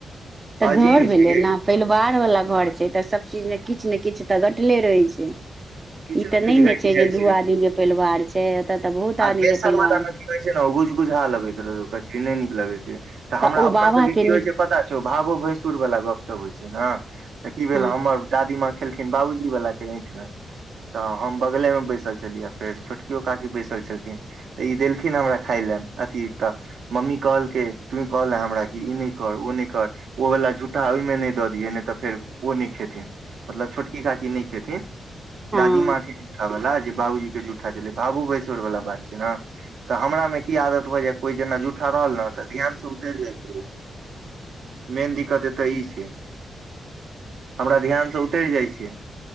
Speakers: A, on the right (about 25°); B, on the right (about 75°).
A: तऽ
B: अजीब
A: घर भेलै
B: छै गे
A: न परिवार वला घर छै तऽ सब चीज ने किछ नै किछ तऽ घटले रहै छै
B: किछु
A: ई तऽ
B: किछु
A: नै ने
B: घटि
A: छै
B: जाइ
A: जे दू आदमी केँ परिवार छै एत तऽ बहुत
B: आ
A: आदमी
B: बेसन
A: केँ परिवार
B: वाला मे
A: छै
B: की कहै छै न ओ गुज गुजहा लगैत रह कचरी नै नीक लगै तऽ हमरा
A: ओ
B: अपना
A: बाबा
B: सब केँ
A: के
B: की
A: नी
B: होइ छै पता छौ भावो भैंसुर वला गप सब होइ छै न तऽ की भेल
A: हँ
B: हमर दादी माँ खेलखिन बाबूजी बला केँ ऐठ में तऽ हम बगले में बैसल छलियै फेर छोटकियो काकी बैसल छलखिन तऽ ई देलखिन हमरा खाय लए अथी तऽ मम्मी कहलकै तुी कहल हमरा कि ई नै कर ओ नै कर ओ वला झूठा ओइमें नै दऽ दियै नै तऽ फेर ओ नै खेथिन मतलब छोटकी काकी नै खेथिन
A: हँ
B: दादी माँ केँ जूठा वला जे बाबूजी केँ जूठा छलै भाबो भैसुर सुर वला बात छियै न तऽ हमरा म की आदत भै जा कोई जेना जूठा रहल न तऽ ध्यान से उतरि जाइत रहै छै मेन दिक्कत एतऽ ई छै हमरा ध्यान से उतर जाइ छियै